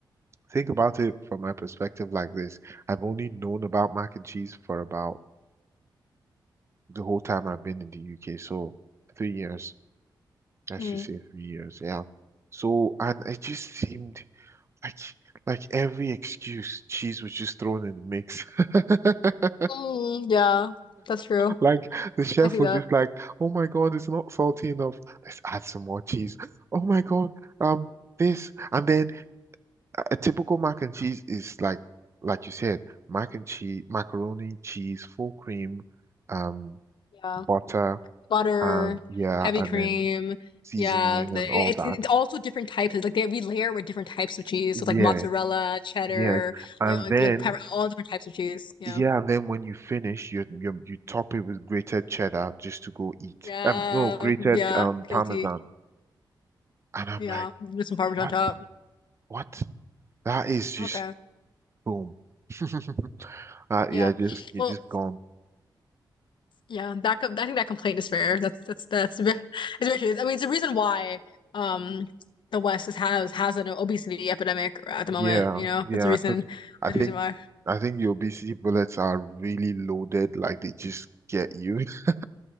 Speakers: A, on the right (about 35°); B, on the left (about 75°).
A: think about it from my perspective like this. I've only known about mac and cheese for about the whole time I've been in the UK, so three years. I
B: Mm.
A: should say three years, yeah. So and it just seemed like like every excuse, cheese was just thrown in the mix. <laughs>
B: Mm, yeah, that's true.
A: Like the chef
B: I see
A: was
B: that.
A: just like, "Oh my God, it's not salty enough. Let's add some more cheese. Oh my God, um." this and then a typical mac and cheese is like like you said, mac and cheese, macaroni, cheese, full cream, um,
B: Yeah.
A: butter,
B: butter,
A: and yeah,
B: heavy
A: and
B: cream.
A: then seasoning
B: Yeah, the-
A: and
B: it-
A: all
B: it's
A: that.
B: it's also different types. It's like they we layer with different types of cheese,
A: Yeah,
B: so it's like mozzarella, cheddar,
A: yeah. And
B: like like
A: then
B: like pepper, all different types of cheese. Yeah,
A: yeah, and then when you finish, you you you top it with grated cheddar just to go eat.
B: yeah,
A: Um, no, grated
B: yeah.
A: um
B: Guilty.
A: parmesan. And I'm
B: Yeah,
A: like,
B: with some Parmesan
A: what?
B: on top.
A: What? That is just
B: Okay.
A: boom. <laughs> Uh,
B: Yeah.
A: yeah, just you're
B: Well,
A: just gone.
B: yeah. That co- I think that complaint is fair. That's that's that's ve- it's very true. I mean, it's the reason why um the West is, has has an obesity epidemic at the
A: Yeah,
B: moment. You know,
A: yeah,
B: that's the reason.
A: because I
B: That's
A: think
B: the reason why.
A: I think your BC bullets are really loaded, like they just get you. <laughs>